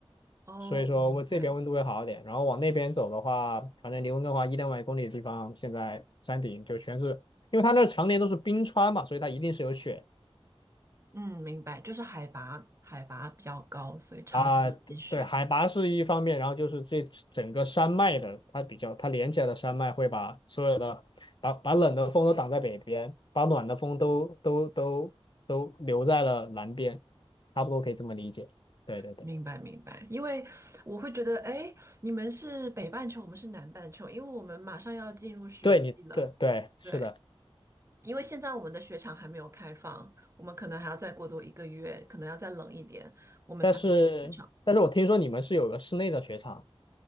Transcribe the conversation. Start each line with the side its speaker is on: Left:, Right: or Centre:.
Right: 哦，
Left: 所以说我这边温度会好一点。
Right: 明白，
Left: 然后往那边走的话，反正离温哥华一两百公里的地方，现在山顶就全是，因为它那常年都是冰川嘛，所以它一定是有雪
Right: 嗯，明白，就是海拔海拔比较高，所以常年有积雪。
Left: 啊。对，海拔是一方面，然后就是这整个山脉的，它比较它连起来的山脉会把所有的把把冷的风都挡在北边，把暖的风都都都都留在了南边，差不多可以这么理解。对对对，
Right: 明白明白，因为我会觉得，哎，你们是北半球，我们是南半球，因为我们马上要进入雪季了。
Left: 对你对对是的，
Right: 对，因为现在我们的雪场还没有开放，我们可能还要再过多一个月，可能要再冷一点，我们才会去雪场。
Left: 但是但是我听说你们是有个室内的雪场。